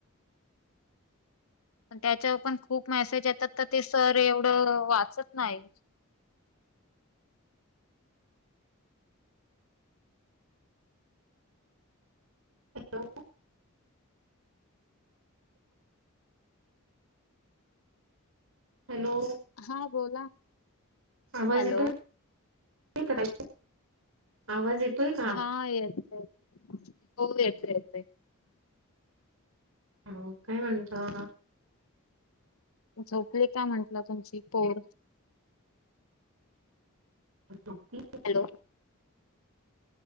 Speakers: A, on the right; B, on the left.
A: <inaudible>
B: त्याच्यावर पण खूप मेसेज येतात तर ते सर एवढ वाचत नाही
A: हॅलो हॅलो
B: हा बोला
A: आवाज
B: हॅलो
A: येतोय, येतोय का ताई? आवाज येतोय? का?
B: हा येत येत हो येतं येतोय.
A: हम्म काय म्हणता?
B: झोपले का तुमची पोर?
A: झोपली
B: हॅलो